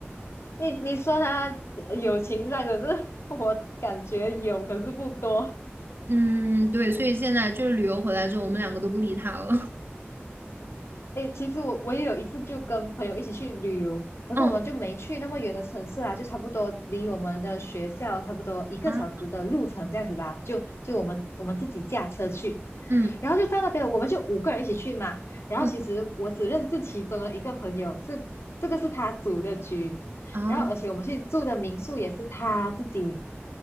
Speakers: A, on the left; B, on the right.
A: 你你说他呃友情上，可是 <laughs> 我感觉有，可是不多。
B: 嗯，对，所以现在就是旅游回来之后，我们两个都不理他了。<laughs>
A: 诶，其实我我也有一次就跟朋友一起去旅游，可是我们就没去那么远的城市啊，
B: 嗯
A: 就差不多离我们的学校差不多一个小时的路程这样子吧。
B: 啊，
A: 就就我们我们自己驾车去，
B: 嗯
A: 然后就到那边，我们就五个人一起去嘛。然后其实我只认识其中的一个朋友，
B: 嗯
A: 是这个是他组的局，
B: 啊，
A: 然后而且我们去住的民宿也是他自己